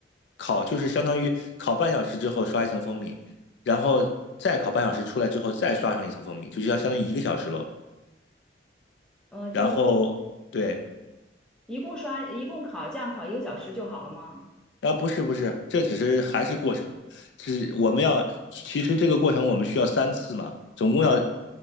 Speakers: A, on the left; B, in the centre.
A: 烤就是相当于烤半小时之后刷一层蜂蜜，然后再烤半小时出来之后再刷上一层蜂蜜，就是要相当于一个小时喽。
B: 呃，就一
A: 然后对，
B: 一共刷一共烤这样烤一个小时就好了吗？
A: 啊不是不是，这只是还是过程，只我们要其实这个过程我们需要三次嘛，总共要呃